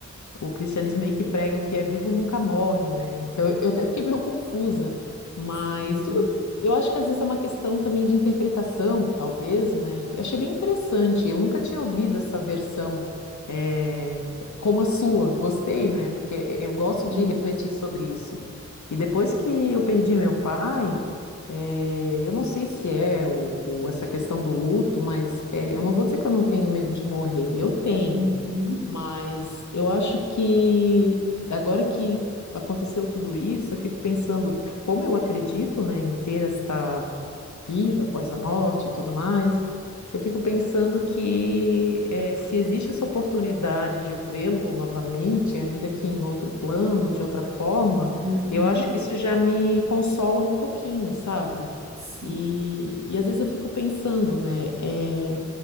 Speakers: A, on the left (about 75°); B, on the right (about 45°).
A: o cristianismo meio que prega o que é vivo nunca morre, né? Então eu até fiquei meio confusa, mas
B: Sim.
A: tudo. Eu acho que às vezes é uma questão também de interpretação, talvez, né? Eu achei bem interessante. Eu nunca tinha ouvido essa versão eh, como a sua. Gostei, né? Porque eu gosto de
B: Uhum,
A: refletir sobre isso. E depois que eu perdi meu pai, eh, eu não sei se é o, o- essa questão do luto, mas eh, eu não vou dizer que eu não tenho medo de morrer. Eu tenho.
B: uhum,
A: Mas eu acho que agora que aconteceu tudo isso, eu fico pensando como eu acredito, né, em ter esta vida após a morte e tudo mais, eu fico pensando que eh, se existe essa oportunidade de eu vê-lo novamente, ainda que em outro plano, de outra forma,
B: uhum.
A: eu acho que isso já me consola um pouquinho, sabe?
B: Sim,
A: E, e às vezes eu fico pensando, né? eh,